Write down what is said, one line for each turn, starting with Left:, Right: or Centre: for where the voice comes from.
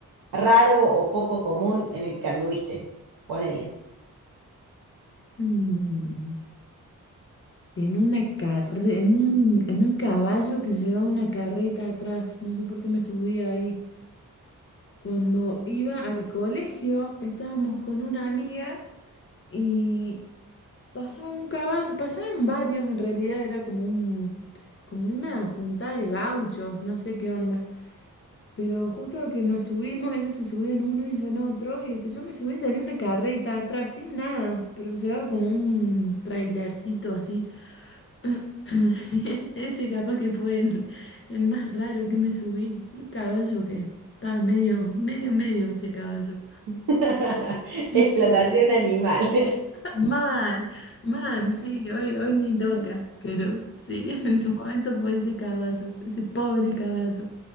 Right: raro o poco común en el que anduviste? Ponele.
Left: mm, en una carre, en un, en un caballo que llevaba una carreta atrás. No sé por qué me subí ahí. Cuando iba al colegio, estábamos con una amiga. y Pasaba un caballo, pasaban varios en realidad, era como un, como una juntada de gauchos, no sé qué onda. Pero justo al que nos subimos, ellos se subió en uno y yo en otro, y el que yo me subí tenía una carreta atrás sin nada, pero llevaba como un trailercito así. <laughs> <clears throat> Sí, Ese capaz que fue el, el más raro que me subí, un caballo que estaba medio, medio, medio ese caballo.
Right: <laughs>
Left: <clears throat>
Right: Explotación animal.
Left: Man, man, sí, hoy, hoy ni loca,
Right: <laughs>
Left: pero sí, <laughs> en su momento fue ese caballo, ese pobre caballo,